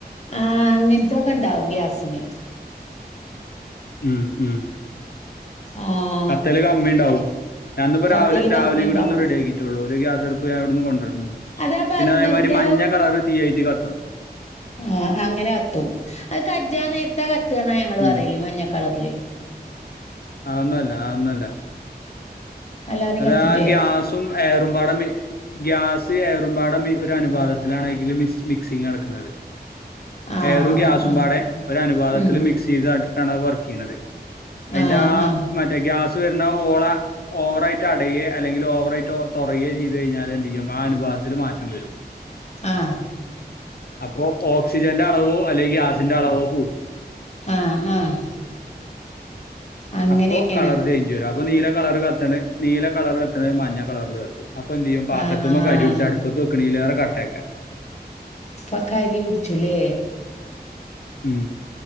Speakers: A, on the left; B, on the left.
A: ആഹ്‌ അങ്ങിന്ത്തൊക്കെ ഇണ്ടാവും ഗ്യാസിന്
B: ഉം ഉം
A: ആഹ്
B: കത്തൽ കമ്മി ഇണ്ടാവും ഞാൻ ഇന്നിപ്പോ
A: കത്തല്
B: രാവിലെ രാവിലെകൂടി
A: കമ്മി ഉണ്ടാവും
B: ഒന്ന് റെഡി ആക്കി റ്റൊള്ളൂ ഒരു ഗ്യാസ് അടുപ്പ് ഞാൻ അവിടുന്ന് കൊണ്ടര്
A: അതാ ബർണറിന്റെ
B: പിന്നെ അതേമാതിരി മഞ്ഞ കളറ് തീ ആയിട്ട് കത്തും
A: ആഹ്‌ അങ്ങനെ കത്തും അത് കജ്ജ നേരത്താ കത്താന്നാ ഞങ്ങള്
B: ഉം
A: പറല് മഞ്ഞ കളറില്
B: അത്‌ ഒന്നുംല്ല ആ ഒന്നുംല്ല
A: അല്ലാതിം
B: അതാ
A: കത്തൂലേ
B: ഗ്യാസും എയറും പാടെ മ ഗ്യാസ് ഏറുമ്പാടെ ഒരു അനുപാതത്തിലാണ് എങ്കിലും മിക്സ് മിക്സിങ് നടക്കുന്നത്
A: ആഹ്
B: എയറും ഗ്യാസുംമ്പാടെ
A: ആഹ്
B: ഒരു അനുപാതത്തില്
A: ഉം
B: മിക്സ് ചെയ്ത ആട്ടിട്ടാണ് അത്‌ വർക്ക് ചെയ്യ്ണത് അയിന്റെ
A: ആഹ്
B: ആ
A: ആഹ്
B: മറ്റേ ഗ്യാസ് വരുന്ന ഹോള ഓവറയിട്ട് അടയെ അല്ലെങ്കിൽ ഓവറായി തൊറയേ ചെയ്തു കഴിഞ്ഞാൽ എന്ത് ചെയ്യും ആ അനുപാതത്തിൽ മാറ്റം വരും
A: ആഹ
B: അപ്പോൾ ഓക്സിജന്റെ അളവോ അല്ലെങ്കിൽ ഗ്യസിന്റെ അളവോ കൂടും
A: ആഹ ആഹ്‌ അങ്ങനെയാണ്
B: അപ്പൊ കളർ ചേഞ്ച് വരും അപ്പൊ നീല കളർ കത്തണ് നീല കളർ കത്ത്ണെ മഞ്ഞ കളറിൽ കത്തും അപ്പ എന്തേയ്യും പാത്രത്തുമ്മ
A: ആഹ്
B: കരി പിടിച്ച അടുപ്പത്ത് വെക്കുണീലേറെ കട്ടേയ്ക്കാരേം
A: അപ്പ കരിപ്പിടിച്ചുലെ
B: ഉം